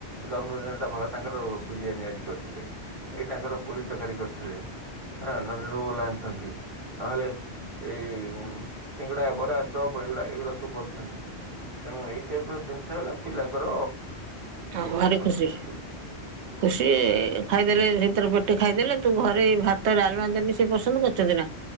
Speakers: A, on the right; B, on the right.
A: ଜନ୍ମଦିନଟା ଭଲ ତାଙ୍କର ବିରି। ନିଆ କରିଥିଲେ ଏଇ ତାଙ୍କର ପୁରୀ ତକାରୀ କରି ଏଁ ନନେ ରୋଲ ଆଣିଛନ୍ତି ନହେଲେ ଏଇ ସିଙ୍ଗଡ଼ା ବରା ଚପ୍ ଏଗୁଡ଼ା ଏଗୁଡ଼ା ସବୁ କରିୁଛନ୍ତି। ତେଣୁ ଏଇ ଟାଇପ ର ଜିନିଷ ହେଲା ପିଲାଙ୍କର
B: ହ ଭାରି
A: ପସନ୍ଦ
B: ଖୁସି
A: ଖାଇବା
B: ଖୁସି ଖାଇଦେଲେ ସେ ଭର ପଟେ ଖାଇଦେଲେ ତୁ ଘରେ ଏଇ ଭାତ ଡାଲମା ଦାନ ସେ ପସନ୍ଦ କରଛନ୍ତି ନା।